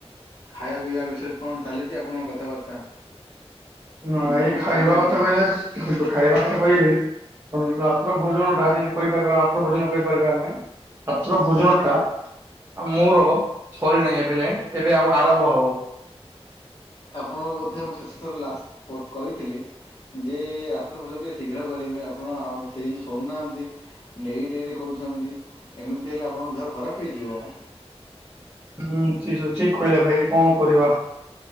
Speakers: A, on the left; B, on the right.
A: ଖାଇବା ପିଇବା ବିଷୟରେ କଣ ଚାଲିଛି ଆପଣଙ୍କ କଥାବାର୍ତ୍ତା?
B: ନା
A: କେମିତି
B: ଏଇ
A: କଣ
B: ଖାଇବା
A: ଖାଇଲେ ଆଜି
B: କଥା କହିଲେ ସ ଦେଖନ୍ତୁ ଖାଇବା କଥା କହିବି। <unintelligible> ରାତ୍ର ଭୋଜନ ଟା ଯେମିତି କହିପାରିବା ରାତ୍ର ଭୋଜନ କହିପାରିବା ଆମେ। ରାତ୍ର ଭୋଜନ ଟା ଆ ମୋର ସରି ନାହିଁ ଏବେ ଯାଏଁ ଏବେ ଆମ ଆରମ୍ଭ ହବ।
A: ଆପଣଙ୍କୁ ବୋଧେ ମୁଁ ଶେଷ ଥର ଲାସ ପ କହିଥିଲି। ଯେ ରାତ୍ର ଭୋଜନ ଟିକେ ଶୀଘ୍ର କରିବେ ଆପଣ ଆଉ ସେ ଜିନିଷ ଶୁଣୁନାହାନ୍ତି। ଡେରି ଡେରିରେ କରୁଛନ୍ତି ଏମିତି ହେଲେ ଆପଣଙ୍କ ଦେହ ଖରାପ ହେଇଯିବ।
B: ହୁଁ ଠିସ ଅଛି କହିଲେ ଭାଇ କଣ କରିବା?